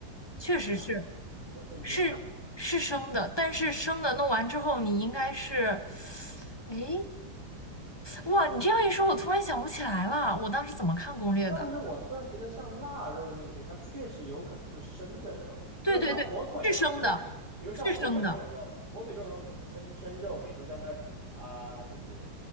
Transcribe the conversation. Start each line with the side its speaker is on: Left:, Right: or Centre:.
Left: 确实是，
Right: 天呐，我震惊了。
Left: 是是生的，但是生的弄完之后，你应该是，诶，哇，你这样一说，我突然想不起来了，我当时怎么看攻略的？
Right: 但是我突然觉得像腊肉那些，它确实有可能是生的肉，
Left: 对对对，
Right: 因为像火腿嘛，
Left: 是生的，
Right: 比如像比比如像火腿这种肉，
Left: 是生的
Right: 火腿这种肉就是生生肉，比如说在那儿啊、就是